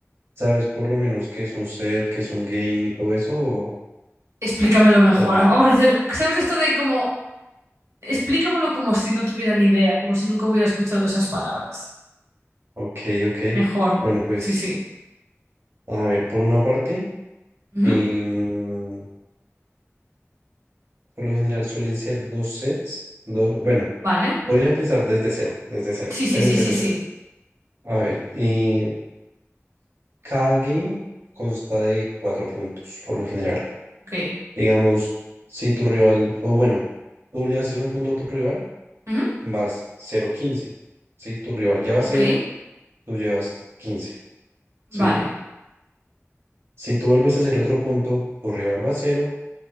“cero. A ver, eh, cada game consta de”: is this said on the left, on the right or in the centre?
Right